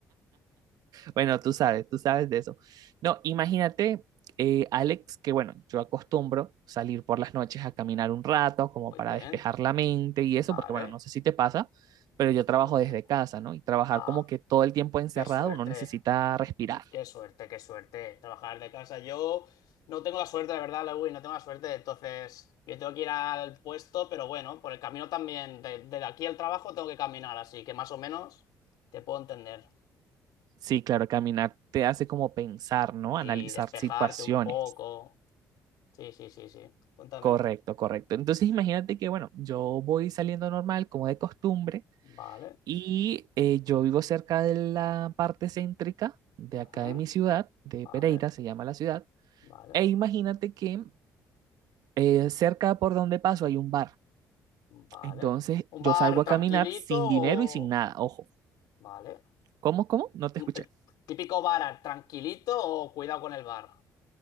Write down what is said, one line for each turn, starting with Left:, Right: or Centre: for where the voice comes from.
Right: Bueno, tú sabes, tú sabes de eso. No, imagínate, eh, Alex, que bueno, yo acostumbro salir por las noches a caminar un rato como
Left: Muy
Right: para
Left: bien,
Right: despejar la mente y
Left: vale,
Right: eso, porque bueno, no sé si te pasa, pero yo trabajo
Left: muy bien.
Right: desde casa, ¿no? Y trabajar
Left: Ah,
Right: como que todo el tiempo encerrado,
Left: qué suerte.
Right: uno necesita respirar.
Left: Qué suerte, qué suerte. Trabajar de casa. Yo no tengo la suerte, la verdad, Lewis, no tengo la suerte. Entonces, yo tengo que ir al puesto, pero bueno, por el camino también, de, de aquí al trabajo tengo que caminar, así que más o menos te puedo entender.
Right: Sí, claro, caminar te hace como pensar, ¿no?
Left: Sí,
Right: Analizar
Left: despejarte
Right: situaciones.
Left: un poco. Sí, sí, sí, sí. Cuéntame.
Right: Correcto, correcto. Entonces imagínate que, bueno, yo voy saliendo normal como de costumbre
Left: Vale.
Right: Y eh, yo vivo cerca de la parte céntrica de
Left: ujú,
Right: acá de mi ciudad, de
Left: Vale,
Right: Pereira, se llama la ciudad.
Left: vale,
Right: E imagínate que eh, cerca por donde paso hay un bar.
Left: vale.
Right: Entonces
Left: ¿Un
Right: yo
Left: bar
Right: salgo a
Left: tranquilito
Right: caminar sin
Left: o...?
Right: dinero y sin nada. Ojo,
Left: Vale.
Right: ¿cómo, cómo? No te
Left: Un-
Right: escuché.
Left: eh, típico bar tranquilito o cuidado con el bar.